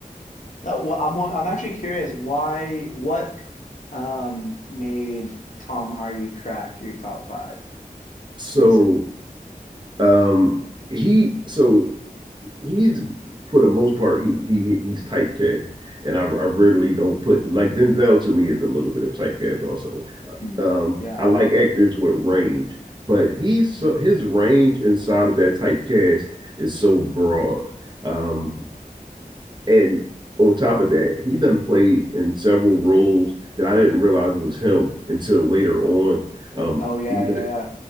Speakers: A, on the left; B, on the right.
A: Uh, well, I'm wa- I'm actually curious why what um made Tom Hardy crack your top five
B: So
A: recently?
B: um, he so he's for the most part he he he's typecast, and I, I rarely don't put like Denzel to me is a little bit of typecast also. Uh,
A: Mm.
B: Um,
A: Yeah.
B: I like actors with range, but he's so his range inside of that typecast is so broad. Um, and on top of that, he done played in several roles that I didn't realize it was him until later on. Um,
A: Oh yeah,
B: either
A: yeah, yeah.